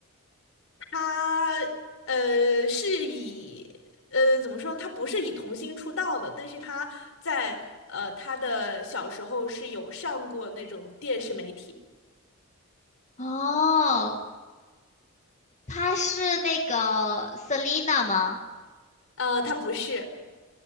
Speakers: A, on the left (about 75°); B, on the left (about 35°).
A: 她呃是以呃怎么说，她不是以童星出道的，但是她在呃她的小时候是有上过那种电视媒体，
B: 哦，他是那个 Selina 吗？
A: 呃，她不是。